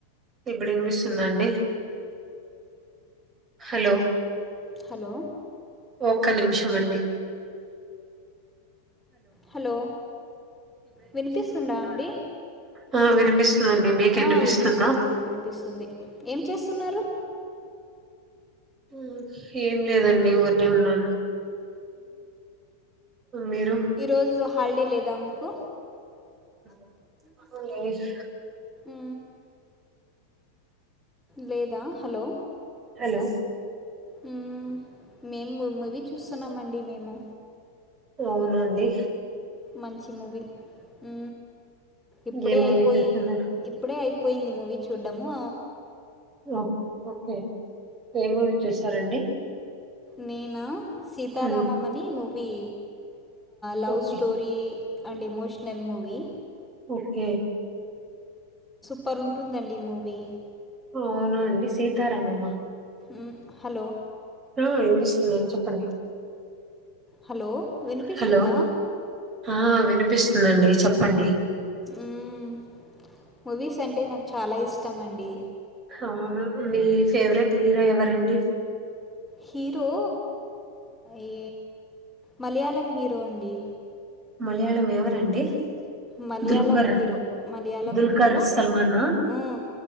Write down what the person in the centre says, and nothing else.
హలో
హలో వినిపిస్తుందా అండి.
ఆ వినిపిస్తుంది. ఇప్పుడు వినిపిస్తుంది. ఏం చేస్తున్నారు?
ఈ రోజు హాలిడే లేదా మి కు
ఉ లేదా హలో
మ్ ఉ మేము ము మువి చు చుస్తున్నామండి మేము
మంచి మూవీ ఉ ఇప్పుడే
అయిపోయి
ఇప్పుడే అయి పోయింది మూవీ చూద్దము
నేన సీతారామంమని
movie love
story and emotional movie
super ఉంటుందండి మూవీ
ఉ హలో
హలో వినిపిస్తుందా
ఊమ్ మూవీస్ అంటే నాకు చాలా ఇష్టం అన్ కే
హీరో ఈ మలయాళం హీరో అండి
మలయాళం
హీరో మలయాళం
హీరో
ఆ